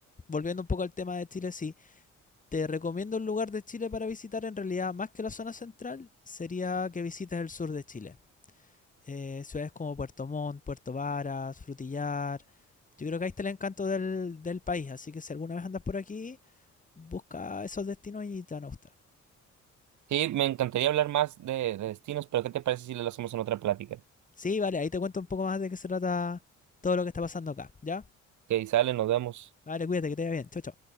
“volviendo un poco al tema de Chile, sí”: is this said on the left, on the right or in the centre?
Left